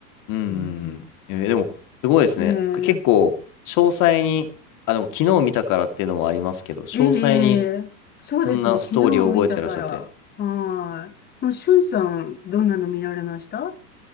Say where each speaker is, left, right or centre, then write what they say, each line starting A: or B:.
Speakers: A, on the left (about 40°); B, on the left (about 20°).
A: うんうんうん。
B: そうですね。
A: えーでも、すごいですね。
B: え
A: け結構、詳細に、あ、でも昨日見たからっていうのもありますけど、詳細に、
B: え。ええ。そうですね。
A: そんなストーリーを覚えてらっしゃって。
B: 昨日見たから。はい。もう、しゅんさん、どんなの見られました